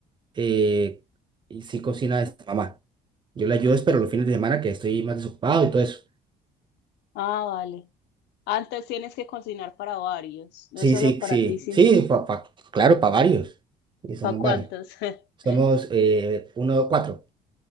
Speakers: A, on the right; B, on the left.
A: eh, y sí cocina esta mamá. Yo le ayudo, pero los fines de semana que estoy más desocupado y todo eso.
B: Ah, vale. Antes tienes que cocinar para varios, no
A: Sí,
B: solo
A: sí,
B: para
A: sí,
B: ti, sino
A: sí, pa- pa- claro, para varios. Y somos
B: para cuántos.
A: varios.
B: <laughs>
A: Somos eh, uno, cuatro.